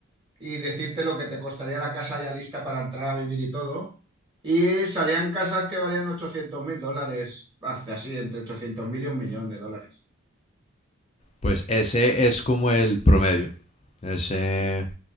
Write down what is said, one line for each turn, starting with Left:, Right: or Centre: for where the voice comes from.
Right: y decirte lo que te costaría la casa ya lista para entrar a vivir y todo. Y salían casas que valían 800 mil dólares, hace así, entre 800 mil y un millón de dólares.
Left: Pues ese es como el promedio. Ese,